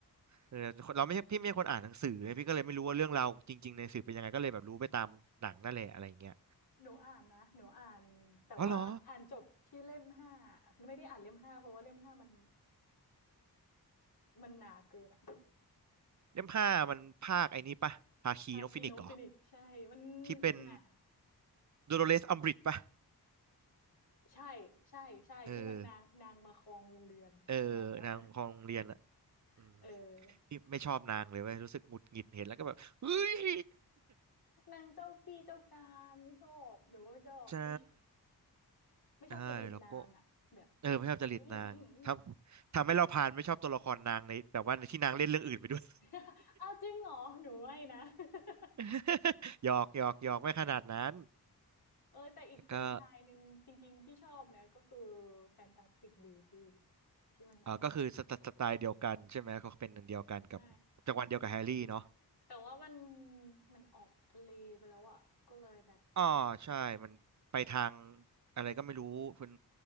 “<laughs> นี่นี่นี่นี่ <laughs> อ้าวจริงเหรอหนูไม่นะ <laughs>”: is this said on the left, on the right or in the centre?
Left